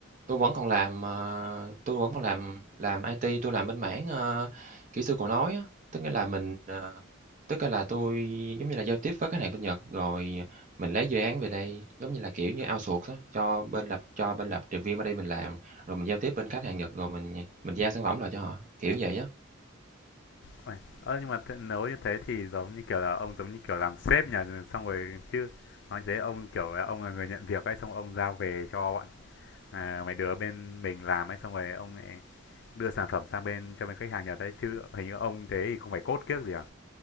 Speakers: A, on the right; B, on the left.
A: tôi vẫn còn làm, ờ, tui vẫn còn làm làm IT, tôi làm bên mảng, ờ, kỹ sư cầu nối á. Tức nghĩa là mình, ờ tức là tôi giống như là, giao tiếp với khách hàng bên Nhật, rồi mình lấy dự án về đây, giống như là, kiểu như, outsource á, cho bên lập cho bên lập trình viên ở đây mình làm, rồi mình giao tiếp bên khách hàng Nhật, rồi mình mình giao sản phẩm lại cho họ, kiểu vậy á.
B: Ôi, ơ nhưng mà thế, nếu như thế thì giống như kiểu là ông giống như kiểu làm sếp nhỉ, xong rồi chứ nói thế ông kiểu là ông là người nhận việc ấy, xong ông giao về cho bọn à, mấy đứa bên mình làm ấy, xong rồi ông lại đưa sản phẩm sang bên cho bên khách hàng Nhật đấy chứ hình như ông thế thì không phải cốt kiếc gì à?